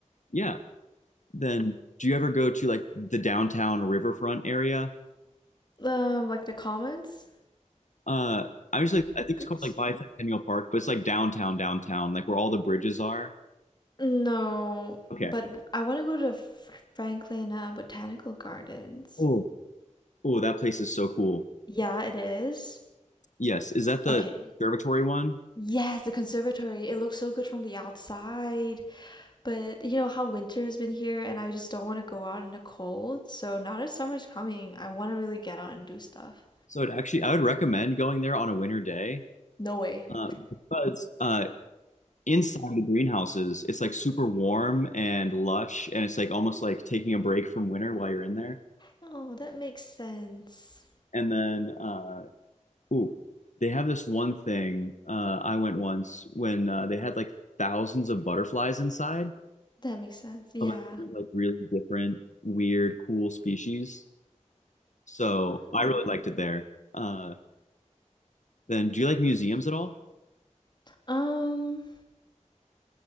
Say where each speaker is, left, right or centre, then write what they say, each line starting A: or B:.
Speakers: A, on the left; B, on the left.
A: Yeah. Then do you ever go to like the downtown riverfront area?
B: Um, like the comments?
A: Uh, I was like, I
B: I
A: think
B: think
A: it's called
B: so.
A: like Bicentennial Park, but it's like downtown, downtown, like where all the bridges are.
B: No,
A: Okay.
B: but I want to go to F- Franklin uh, Botanical Gardens.
A: Oh, oh, that place is so cool.
B: Yeah, it is.
A: Yes. Is that the
B: Okay.
A: observatory one?
B: Yes, the conservatory. It looks so good from the outside, but you know how winter has been here, and I just don't want to go out in the cold. So now that summer's coming, I want to really get out and do stuff.
A: So it actually, I would recommend going there on a winter day,
B: No way.
A: uh, because uh, inside the greenhouses, it's like super warm and lush, and it's like almost like taking a break from winter while you're in there.
B: Oh, that makes sense.
A: And then uh, Ooh, they have this one thing. Uh, I went once when uh, they had like thousands of butterflies inside
B: That makes sense. Yeah.
A: of like, like really different, weird, cool species. So
B: Hmm.
A: I really liked it there. Uh, then, do you like museums at all?
B: Um,